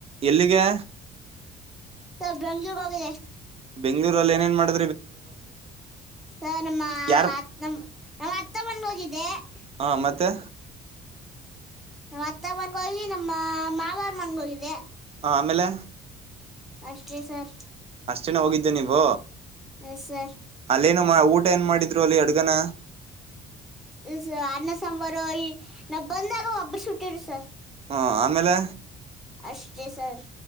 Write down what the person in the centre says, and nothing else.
ಸರ್ ಬೆಂಗ್ಳೂರು ಹೋಗಿದ್ದೆ.
ಸರ್ ನಮ್ಮ
ನಮ್ ಅತ್ ಅತ್ತೆ ಮನೆಗ್ ಹೋಗಿದ್ <unintelligible>
ಅತ್ತ ಮನಗೋಗಿ ನಮ್ಮ ಮಾವಾರ ಮನಗೊಗಿದ್ದೆ
ಅಷ್ಟೇ ಸರ್
ಹ ಸರ್
ಇ ಸ ಅನ್ನಸಂಬಾರು ಈ ನಾ ಬಂದಾಗ ಒಬ್ಬ್ರ ಸುಟ್ಟ್ರ ಸರ್
ಅಷ್ಟೇ ಸರ್